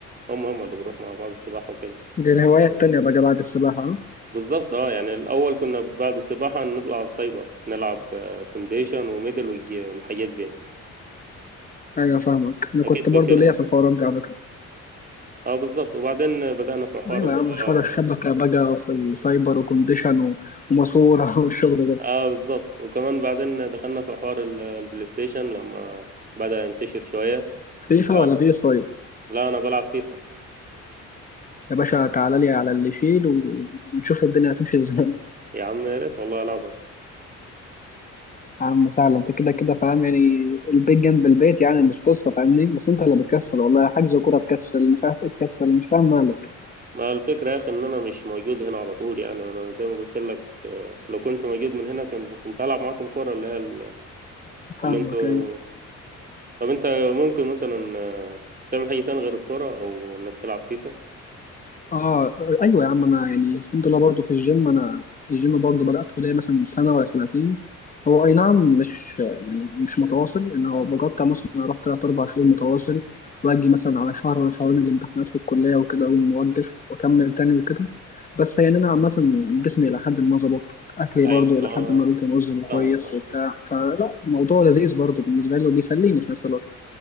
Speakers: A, on the right (about 30°); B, on the left (about 25°).
A: هم هم اللي بنروح مع بعض السباحة وكده
B: دي الهواية التانية بقى بعد السباحة
A: بالظبط اه يعني الأول كنا بعد السباحة نطلع على السايبر نلعب آه، كونديشن وميدل ويج- والحاجات دي
B: أيوة فاهمك أنا
A: أكيد
B: كنت
A: فاكرها
B: برضو ليا في الحوارات دي على فكرة
A: اه بالظبط وبعدين بدأنا في حوار
B: أيوة
A: اللي
B: يا عم مش
A: هو
B: ولا الشبكة بقى في السايبر وكونديشن و- وماسورة <laughs> والشغل ده
A: اه بالظبط وكمان بعدين دخلنا في حوار ال- البلاي ستيشن لما بدأ ينتشر شوية
B: فيفا ولا بي
A: آه،
B: سايب
A: لا أنا بلعب فيفا
B: يا باشا تعالى لي على اللي يشيل و- ونشوف الدنيا هتمشي ازاي <laughs>
A: يا عم يا ريت والله ألعبك
B: يا عم سهلة انت كده كده فاهم يعني البيت جنب البيت يعني مش قصة فاهمني بس انت اللي بتكسل والله حجز كورة تكسل مش عارف ايه تكسل مش فاهم مالك
A: ما الفكرة يا أخي إن أنا مش موجود هنا على طول يعني وأنا زي ما قلت لك لو كنت موجود من هنا كنت كنت هلعب معاكم كورة اللي هي ال-
B: فاهمك
A: اللي انتوا
B: ايوه
A: طب انت ممكن مثلا تعمل حاجة تانية غير الكورة او انك تلعب فيفا
B: اه ايوه يا عم انا يعني الحمد لله برضه في الجيم انا الجيم برضه بدأته ليا مثلا سنة ولا سنتين هو اي نعم مش يعني مش متواصل ان هو بقطع مثلا اروح تلات اربع شهور متواصل واجي مثلا على شهر ولا شهرين الامتحانات في الكلية وكده اقوم موقف واكمل تاني وكده بس يعني انا عامة جسمي الى حد ما ظبط اكلي
A: ايوه
B: برضه
A: اللي
B: الى
A: هو
B: حد ما بيتنظم
A: فاهمك
B: كويس
A: اه
B: وبتاع فلا الموضوع لذيذ برضه بالنسبة لي وبيسليني في نفس الوقت